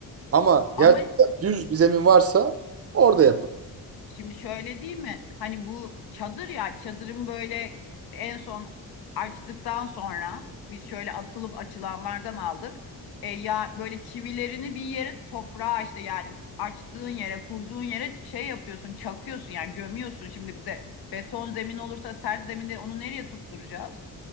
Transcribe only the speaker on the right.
Ama
gerçekten düz bir zemin varsa orada yapın.